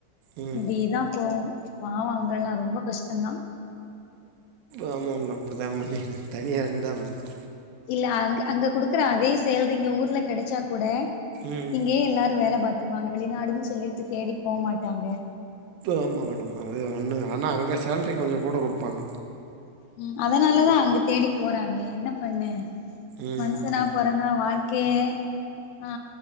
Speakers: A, on the right; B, on the left.
A: ம்
B: இப்டிதா போவு பாவ அவ்ங்கள்லா ரொம்ப கஷ்டந்தா
A: ஆமா மேடம் அப்டிதா மேடம் தனியா இருந்தா அப்டிதா
B: இல்ல அங் அங்க குடுக்குற அதே சேல்ரி இங்க ஊர்ல கெடச்சா கூட
A: ம்
B: இங்கயே எல்லாரு வேல பாத் துருவாங்க வெளிநாடுன் சொல்லிட்டு தேடி போ மாட்டாங்க
A: ஆமா மேடம் அது ஒன்னு ஆனா அங்க சேல்ரி கொஞ்ச கூட குடுப்பாங்க
B: ம் அதனாலதா அங்க தேடி போறாங்க என்ன பண்ண
A: ம்
B: மனுசனா பொறந்தா வாழ்க்கையே ஆ